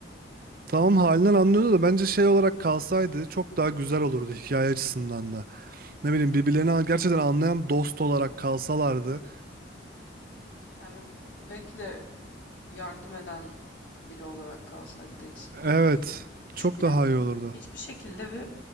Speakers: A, on the right; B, on the left.
A: Tamam halinden anlıyordu da bence şey olarak kalsaydı çok daha güzel olurdu hikaye açısından da. Ne bileyim birbirlerini gerçekten anlayan dost olarak kalsalardı.
B: Yani belki de yardım eden biri olarak kalsaydı Dexter daha
A: Evet,
B: iyiydi.
A: çok
B: Çünkü
A: daha iyi olurdu.
B: hiçbir şekilde bir